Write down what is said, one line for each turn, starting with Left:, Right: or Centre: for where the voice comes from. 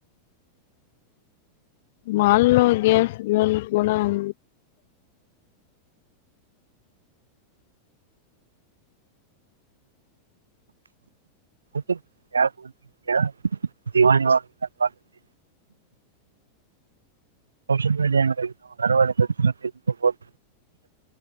Left: మాల్లో గ్యాస్ జూలు కూడా ఉంది
Right: <inaudible> సోషల్ మీడియాంగనికి <inaudible>